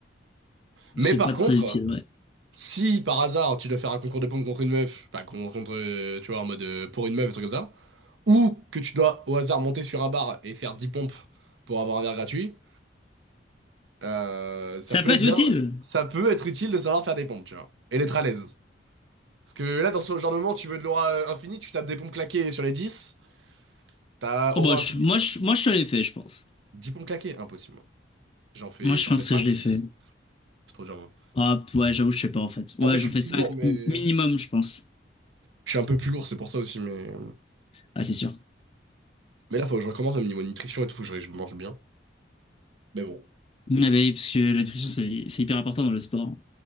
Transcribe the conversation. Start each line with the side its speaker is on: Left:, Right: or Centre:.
Right: Mais
Left: C'est
Right: par
Left: pas
Right: contre,
Left: très utile, ouais.
Right: si par hasard, tu dois faire un concours de pompes contre une meuf, enfin, con- contre, euh, tu vois, en mode euh, pour une meuf, un truc comme ça, ou que tu dois au hasard monter sur un bar et faire 10 pompes pour avoir un verre gratuit, Euh, ça
Left: Ça
Right: peut
Left: peut
Right: être
Left: être
Right: bien,
Left: utile.
Right: ça peut être utile de savoir faire des pompes, tu vois, et d'être à l'aise. Parce que là, dans ce genre de moment, tu veux de l'aura euh, infinie, tu tapes des pompes claquées sur les 10, t'as
Left: Oh,
Right: aura
Left: bah, je-
Right: infinie,
Left: moi,
Right: tu vois.
Left: je, moi, je l'ai fait, je pense.
Right: 10 pompes claquées, impossible. moi. J'en fais,
Left: Moi, je
Right: j'en
Left: pense
Right: fais 5,
Left: que je l'ai
Right: six,
Left: fait.
Right: C'est trop dur, moi.
Left: Ah, p- ouais, j'avoue, je sais pas, en fait. Ouais,
Right: Ah bah, je
Left: j'en
Right: suis
Left: fais
Right: plus
Left: 5
Right: lourd, mais...
Left: minimum, je pense.
Right: Je suis un peu plus lourd, c'est pour ça aussi, mais...
Left: Ah, c'est sûr.
Right: Mais là, faut que je recommence même niveau nutrition et tout, faut que je, je mange bien. Mais bon.
Left: Ah, bah oui, parce que la nutrition, c'est c'est hyper important dans le sport.